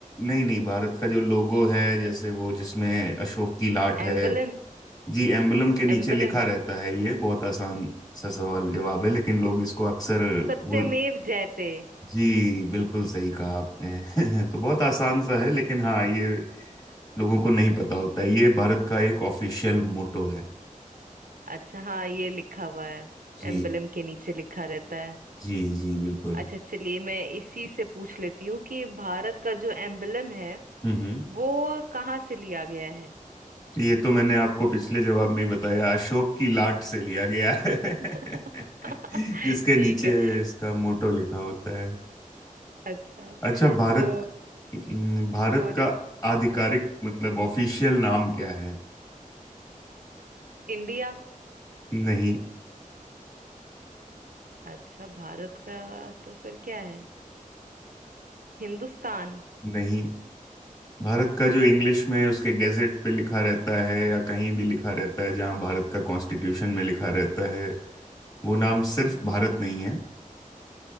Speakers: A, on the left; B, on the right.
A: नहीं नहीं भारत का जो लोगो है जैसे वो जिसमें अशोक की लाट है
B: एम्बलम
A: जी एम्बलम के नीचे
B: एम्बलम
A: लिखा रहता है ये बहुत आसान सा सवाल जवाब है लेकिन लोग इसको अक्सर
B: सत्यमेव
A: भूल
B: जयते
A: जी बिल्कुल सही कहा आपने <laughs> तो बहुत आसान सा है लेकिन हाँ ये लोगों को नहीं पता
B: जी
A: होता है ये भारत का एक ऑफिशियल मोटो है
B: अच्छा हाँ ये लिखा हुआ है
A: जी।
B: एम्बलम के नीचे लिखा रहता है
A: जी जी बिल्कुल
B: अच्छा चलिए मैं इसी से पूछ लेती हूँ कि भारत का जो एम्बलम है
A: हम्म हम्म
B: वो कहाँ से लिया गया है
A: ये तो मैंने आपको पिछले जवाब में ही बताया अशोक की लाट से लिया गया है <laughs>
B: <laughs>
A: जिसके
B: ठीक
A: नीचे
B: है <laughs>
A: इसका मोटो लिखा होता है
B: अच्छा
A: अच्छा भारत
B: तो
A: हम्म, भारत
B: बोलिए
A: का आधिकारिक मतलब ऑफिशियल नाम क्या है
B: इंडिया
A: नहीं
B: अच्छा भारत का तो फिर क्या है हिंदुस्तान
A: नहीं भारत का जो इंग्लिश में उसके गैजेट पे लिखा रहता है या कहीं भी लिखा रहता है जहां भारत का कॉन्स्टिट्यूशन में लिखा रहता है वो नाम सिर्फ
B: हम्म,
A: भारत नहीं